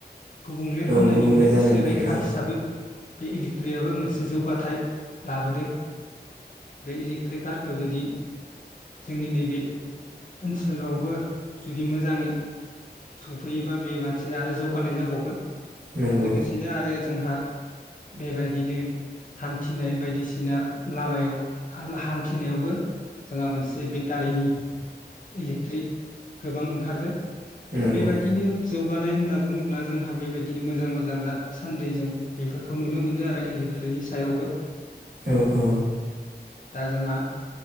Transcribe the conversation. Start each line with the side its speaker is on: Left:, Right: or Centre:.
Left: गुबुंले
Right: औ
Left: खामनायनिफ्राय
Right: गुबुंले जानायनिफ्राय
Left: एसे रैखा
Right: औ
Left: हिसाबै बे इलेक्ट्रियाबो मोनसे जौगाथाइ लाबोदों। बे इलेकट्रिक कारखौ जुदि। जोंनि नैबे ओनसोलावबो जुदि मोजाङै। सफैयोबा बे मानसिया आरो जौगानाय जाबावगोन
Right: नंगौ
Left: लोगोसेनो आरो जोंहा। बेबायदिनो हान्थिनाय बायदिसिना लामायाव हा हान्थिनायावबो। जोंहा मोनसे बेटारिनि इलेक्ट्रिक गोबां ओंखारदों। दा
Right: नंगौ
Left: बेबायदिनो जौगानाय होनना बुङोब्ला जोंहा बेबायदिनो मोजां मोजां दा। सान्दै जों बेफोरखौ नुनो मोनदों आरो इलेक्ट्रिकनि सायावबो।
Right: औ औ
Left: दा जोंहा